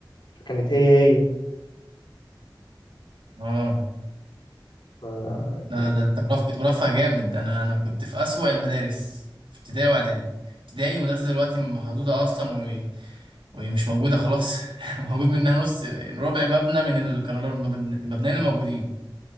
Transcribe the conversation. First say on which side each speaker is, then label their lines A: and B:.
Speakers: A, on the left; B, on the right.
A: فكانت هي هي
B: اه
A: فكان
B: ده ده انت مرفه كنت مرفه جامد انا انا كنت في اسوأ المدارس في ابتدائي واعدادي ابتدائي المدرسه دلوقتي محدوده اصلا و... ومش موجوده خلاص <laughs> موجود منها نص ربع مبنى من ال- كانوا المبن- المبنيين الموجودين